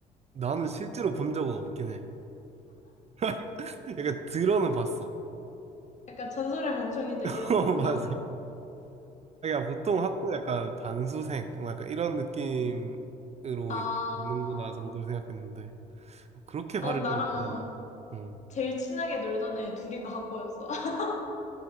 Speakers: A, on the right (about 40°); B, on the left (about 40°).
A: 나는 실제로 본 적은 없긴 해. <laughs> 약간 들어는 봤어.
B: 약간 전설의 멍청이들
A: <laughs>
B: 이런
A: 어,
B: 거구나.
A: 맞아. 그러니까 보통 학교 약간 반수생, 뭐 약간 이런 느낌으로
B: 아,
A: 이제 있는구나 정도로 생각했는데, 어, 그렇게 바를
B: 난 나랑
A: 줄은 몰랐네. 응.
B: 제일 친하게 놀던 애 둘이가 학고였어. <laughs>